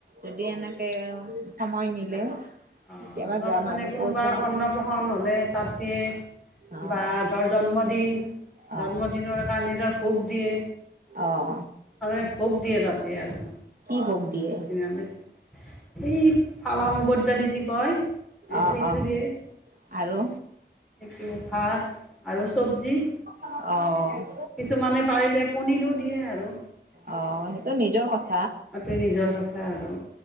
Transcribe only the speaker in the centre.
অহ
তাত
মানে
কোনোবা
অন্নপ্ৰশন্ন হলে তাত দিয়ে
বা ধৰ জন্মদিন
জন্মদিনৰ কাৰণে ধৰ ভোক দিয়ে
তাৰে ভোক দিয়ে তাতে আৰু
আমি এই ফালা মুশুত দালি যি কয়
সেইটো
দিয়ে
সেইটো ভাত আৰু চব্জি
কিছুমানে পাৰিলে পনীৰো দিয়ে আৰু
অ তোৰ নিজৰ কথা আৰু